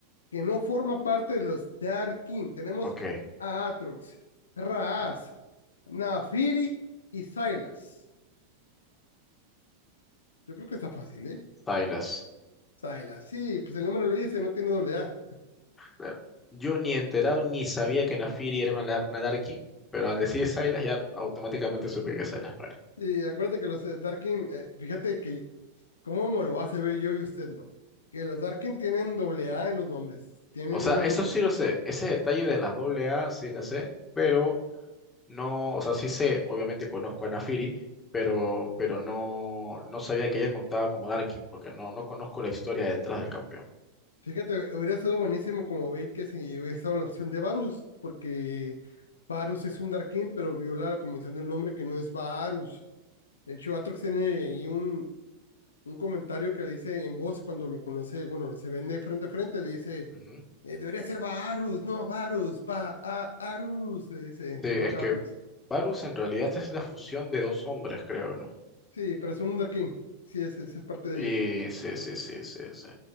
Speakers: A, on the left; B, on the left.
A: que no forma parte de los Dark King. Tenemos
B: ok,
A: a Atrox, Raas,
B: ok.
A: Naafiri y Silas. Yo creo que está fácil, ¿eh?
B: Stylas.
A: Silas, sí, pues el nombre lo dice, no tiene doble A.
B: Claro. Yo ni enterado ni sabía que Nafiri era una, nar- una Darkin, pero al decir Sylas ya automáticamente supe que Sylas no era.
A: Y acuérdate que los eh, Darkin, eh, fíjate que cómo me lo vas a ver yo y usted no. Que los Darkin tienen doble A en los nombres. Tienen
B: O sea,
A: una
B: eso
A: doble
B: sí lo sé, ese detalle de las doble A sí la sé, pero no, o sea, sí sé, obviamente conozco a Nafiri, pero, pero no, no sabía que ella contaba como Darkin, porque no, no conozco la historia detrás del campeón.
A: Fíjate, hubiera sido buenísimo como Bait que si hubiese dado la opción de Varus, porque Varus es un Darkin, pero viola la convención del nombre que no es Varus. De hecho, Atrox tiene ahí un, un comentario que le dice en voz cuando lo conoce, bueno, se vende frente a frente, le dice,
B: Ujú.
A: eh, debería ser Varus, no Varus, va a Arus, le dice,
B: Sí,
A: se
B: es
A: enoja
B: que
A: Atrox.
B: Varus en realidad es la fusión de dos hombres, creo, ¿no?
A: Sí, pero es un Darkin, sí es, sí es parte de
B: Y
A: ellos.
B: sí, sí, sí, sí, sí.